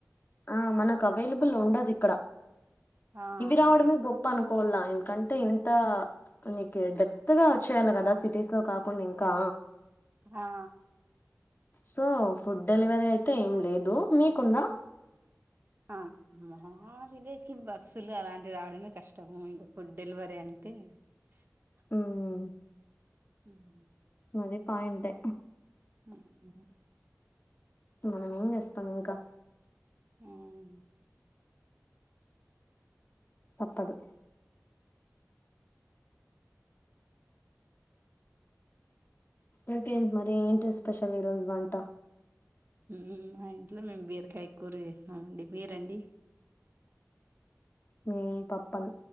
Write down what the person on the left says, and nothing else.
ఆ మనకు అవైలబుల్ ఉండదు ఇక్కడ
ఇవి రావడమే గొప్ప అనుకో పోలా ఎందుకంటే ఇంత నీకు డెప్త్ గా వచ్చేయాలి కదా సిటీస్ లో కాకుండా ఇంకా
సో ఫుడ్ డెలివరీ అయితే ఏం లేదు మీకుందా
ఉమ్
అది పయింటే
మనం ఏం చేస్తాం ఇంకా
తప్పదు ఇంకేంటి మరి ఏంటి స్పెషల్ ఈరోజు వంట
మేం పప్పన్